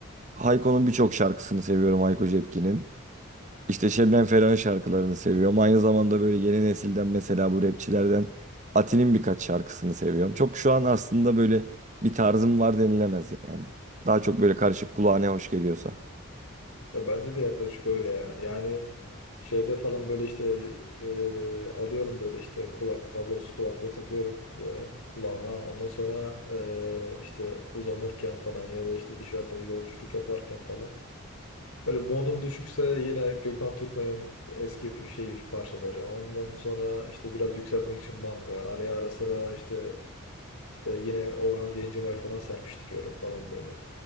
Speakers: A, on the right; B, on the left.
A: Hayko'nun birçok şarkısını seviyorum Hayko Cepkin'in. İşte Şebnem Ferah'ın şarkılarını seviyorum. Aynı zamanda böyle yeni nesilden mesela bu rapçilerden Ati'nin birkaç şarkısını seviyorum. Çok şu an aslında böyle bir tarzım var denilemez yani. Daha çok böyle karışık kulağa ne hoş geliyorsa.
B: Ya bende de yaklaşık öyle ya. Yani şeyde falan böyle işte e, alıyorum böyle işte kulak kablosuz kulaklığı takıyorum böyle kulağıma. Ondan sonra e, işte uzanırken falan ya da işte dışarıda yolculuk yaparken falan Böyle modum düşükse yine Gökhan Türkmen'in eski şey parçaları. Ondan sonra işte biraz yükseltmek için manga. Araya ara sıra işte işte yine Orhan Gencebay falan serpiştiriyorum falan böyle.